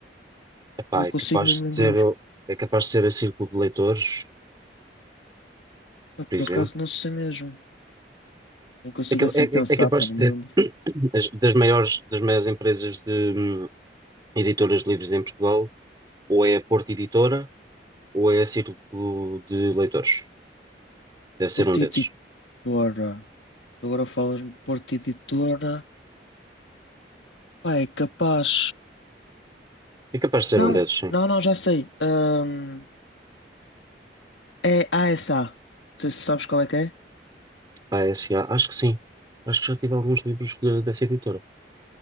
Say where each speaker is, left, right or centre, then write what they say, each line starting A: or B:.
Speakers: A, on the right; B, on the left.
A: Epá,
B: Não me
A: é
B: consigo
A: capaz
B: mesmo
A: de
B: lembrar.
A: ser, o- é capaz de ser a Círculo de Leitores,
B: Pá, por
A: por exemplo.
B: acaso não sei mesmo. Não consigo
A: É, ca-
B: assim
A: é-
B: pensar,
A: é- é capaz
B: pá, não
A: de ser
B: me lembro.
A: as- das maiores, das maiores empresas de hum, editoras de livros em Portugal, ou é a Porta Editora, ou é a Círculo de Leitores. Deve ser
B: Porta
A: um desses.
B: Editora. Tu agora falas-me Porta Editora. Pá, é capaz.
A: É capaz de ser
B: Não,
A: um desses, sim.
B: não, não, já sei. Ahm, é ASA. Não sei se sabes qual é que é.
A: A S A, acho que sim. Acho que já tive alguns livros de- dessa editora.